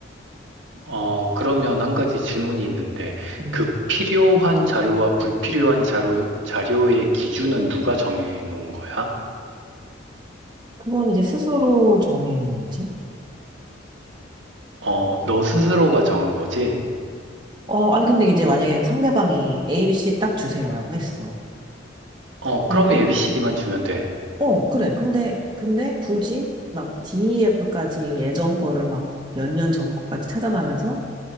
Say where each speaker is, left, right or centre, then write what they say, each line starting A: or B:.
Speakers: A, on the right (about 75°); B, on the right (about 25°).
A: 어, 그러면 한 가지 질문이 있는데,
B: 음.
A: 그 필요한 자료와 불필요한 자료, 자료의 기준은 누가 정해 놓은 거야?
B: 그건 이제 스스로 정해야 하는 문제?
A: 어, 너 스스로가 정한 거지?
B: 어, 아니, 근데 이제 만약에 상대방이 ABC 딱 주세요라고 했어.
A: 어,
B: 근데,
A: 그러면 ABCD만 주면 돼.
B: 어, 그래. 근데, 근데 굳이 막 DEF까지 예전 거를 막 몇 년 전 거까지 찾아가면서